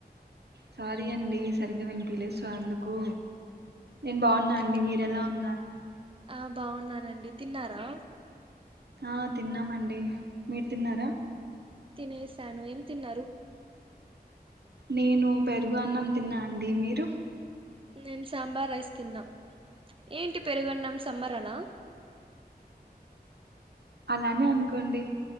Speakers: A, on the right; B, on the right.
A: సారీ అండి సరిగ్గా వినిపిలే సో అందుకు నేను బాగున్నా
B: ఓకే
A: అండి మీరెలా ఉన్నారు.
B: ఆ బాగున్నానండి తిన్నారా
A: ఆ తిన్నామండి మీరు తిన్నారా
B: తినేశాను ఏం తిన్నారు
A: నేను పెరుగు అన్నం తిన్నా అండి మీరు
B: నేను సాంబార్ రైస్ తిన్నా ఏంటి పెరుగన్నం సమ్మర్ అన
A: అలానే అనుకోండి.